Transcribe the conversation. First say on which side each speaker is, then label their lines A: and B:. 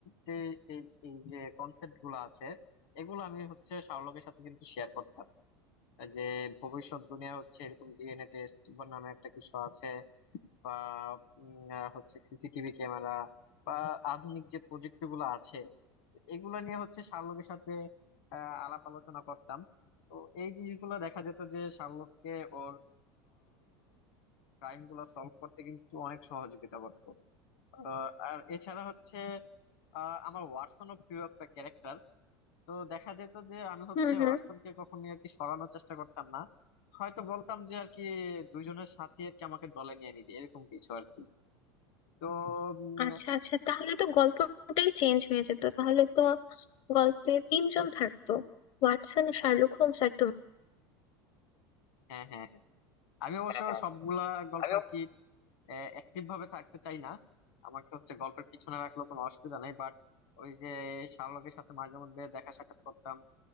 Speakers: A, on the left (about 75°); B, on the left (about 50°).
A: যে এই এই যে কনসেপ্ট গুলো আছে এগুলো আমি হচ্ছে শাওলকের সাথে কিন্তু শেয়ার করতাম যে ভবিষ্যৎ দুনিয়া হচ্ছে এরকম ডিএনএ টেস্ট বা নামে একটা কিছু আছে বা উম, আহ, হচ্ছে সিসিটিভি ক্যামেরা বা আধুনিক যে প্রযুক্তি গুলো আছে এগুলো নিয়ে হচ্ছে শার্লকের সাথে আহ, আলাপ আলোচনা করতাম তো এই জিনিসগুলো দেখা যেত যে শার্লককে ওর ক্রাইম গুলো সলভ করতে কিন্তু অনেক সহযোগিতা করতো আহ, আর এছাড়া হচ্ছে আহ, আমার ওয়াটসন ও প্রিয় একটা ক্যারেক্টার তো দেখা যেত যে আমি হচ্ছে
B: হুম হুম
A: ওয়াটসনকে কখনোই আর কি সরানোর চেষ্টা করতাম না হয়তো বলতাম যে আর কি দুইজনের সাথে আর কি আমাকে দলে নিয়ে নিতে এরকম কিছু আর কি তো উম,
B: আচ্ছা আচ্ছা তাহলে তো গল্পটাই চেঞ্জ হয়ে যেত তাহলে তো গল্পে তিনজন থাকতো ওয়াটসন শার্লক হোমস আর তুমি
A: হ্যাঁ হ্যাঁ আমি অবশ্য
B: হ্যাঁ
A: সবগুলা গল্প
B: হ্যাঁ
A: আর কি অ্যাক্টিভ ভাবে থাকতে চাই না আমাকে হচ্ছে গল্পের পিছনে রাখলেও কোনো অসুবিধা নেই বাট ওই যে শার্লকের সাথে মাঝে মধ্যে দেখা সাক্ষাৎ করতাম